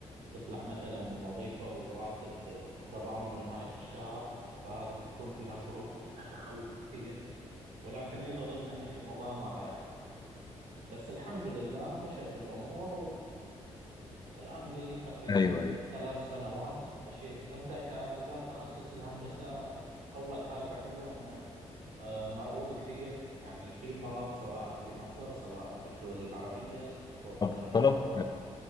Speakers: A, on the right; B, on the left.
A: تطلع مثلا من وظيفه وراتب انت ضامنه نهايه الشهر فهذه بتكون فيها صعوبه وفيها تخوف كثير ولكن يظل انها هي مغامره يعني بس الحمد لله مشت الامور الآن لي تقريبا
B: ايوه ايوه
A: ثلاث سنوات مشيت أنت كمجال تخصص الهندسة أول حاجة حلوة أنه آه، مرغوب كثير يعني في طلب سواء في مصر سواء في الدول العربية تروح
B: طب
A: مثلا
B: طلب
A: على أوروبا